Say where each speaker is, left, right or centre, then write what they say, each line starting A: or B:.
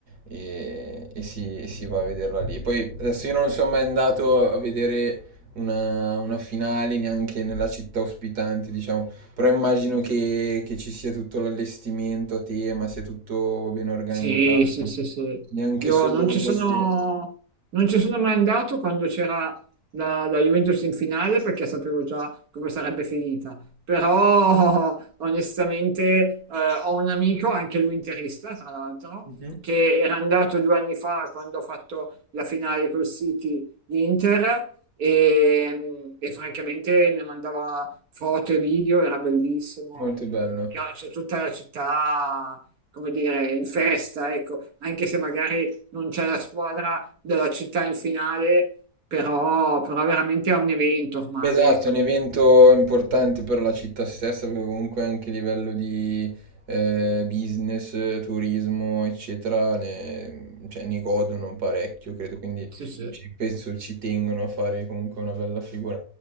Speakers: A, on the right (about 80°); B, on the right (about 70°).
A: e, e si, e si va a vederla lì. Poi adesso io non sono mai andato a vedere una, una finale neanche nella città ospitante, diciamo, però immagino che, che ci sia tutto l'allestimento a tema, sia tutto ben organizzato,
B: Sì, sì, sì, sì.
A: neanche
B: Io
A: solo...
B: non ci
A: <laughs>
B: sono,
A: voglio-
B: non ci sono mai andato quando c'era la, la Juventus in finale perché sapevo già come sarebbe finita. Però <laughs> onestamente eh, ho un amico, anche lui interista, tra l'altro,
A: Mhm.
B: che era andato due anni fa quando ho fatto la finale col City di Inter e, e francamente mi mandava foto e video, era bellissimo.
A: Molto
B: E,
A: bello.
B: cioè, c'è tutta la città come dire, in festa, ecco, anche se magari non c'è la squadra della città in finale, però, però veramente è un evento ormai,
A: Beh, Esatto,
B: ecco.
A: è un evento importante per la città stessa, perché comunque anche a livello di eh, business, eh, turismo, eccetera, ne, cioè, ne godono parecchio, credo, quindi
B: Sì, sì.
A: ci- penso ci tengono a fare comunque una bella figura.